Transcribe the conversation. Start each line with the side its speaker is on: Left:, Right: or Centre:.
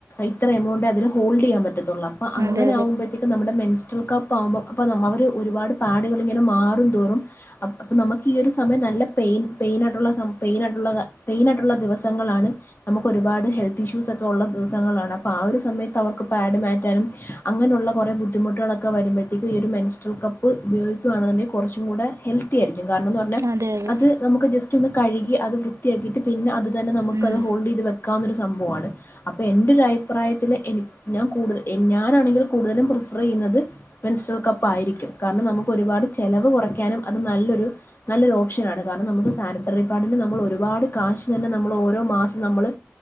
Left: ഇത്ര എമൗണ്ടെ അതിന് ഹോൾഡെയ്യാൻ പറ്റത്തൊള്ള അപ്പ അങ്ങനെ
Right: അതെ അതെ
Left: ആവുമ്പത്തേക് നമ്മുടെ മെൻസ്ടറ്റ്രൾ കപ്പ് ആവുമ്പൊ അപ്പോ അവര് ഒരുപാട് പാഡ്കളിങ്ങനെ മാറുംന്തോറും. അപ്പം നമക്ക് ഈ ഒരു സമയം നല്ല പെയിൻ പെയിനായിട്ടുള്ള പെയിനായിട്ടുള്ള പെയിനായിട്ടുള്ള ദിവസങ്ങളാണ്. നമുക്ക് ഒരുപാട് ഹെൽത്ത് ഇഷ്യൂസ് ഒക്കെ ഒള്ള ദിവസങ്ങളാണ്. അപ്പൊ ആ ഒരു സമയത്ത് അവർക്ക് പാഡ് മാറ്റാനും. അങ്ങനെ ഉള്ള കൊറേ ബുദ്ധിമുട്ടുകളൊക്കെ വരുമ്പഴത്തേക്കും ഈ ഒരു മെൻസ്ട്രൽ കപ്പ് പയോഗിക്കാണെയാന്നുണ്ടങ്കി കൊറച്ചും കൂടെ ഹെൽ വൃത്തിയായിരിക്കും. കാര്ണംന്ന് പറ്ഞ
Right: അതെ അതെ
Left: അത് നമക്ക് ജസ്റ്റ് ഒന്ന് കഴുകി അത് വൃത്തിയാക്കിട്ട് പിന്നെ അത് തന്നെ
Right: ഉം.
Left: ഇപ അത് ഹോൾഡെയ്ത് വെക്കാവുന്നൊര് സംഭവാണ്. അപ്പ എന്റെരു അഭിപ്രായത്തില് എനി ഞാൻ കൂടുത ഞാനാണെങ്കി കൂടുതലും പ്രിഫർ ചെയ്യുന്നത്. മെൻസ്റ്റൽ കപ്പായിരിക്കും. കാരണം നമുക്ക് ഒരുപാട് ചെലവ് കൊറയ്ക്കാനും അത് നല്ലൊരു. നല്ലൊരു ഓപ്ഷനാണ്. കാരണം നമുക്ക് സാനിറ്ററി പാഡിന് നമ്മൾ ഒരുപാട് കാശ് തന്നെ നമ്മൾ ഓരോ മാസം നമ്മള്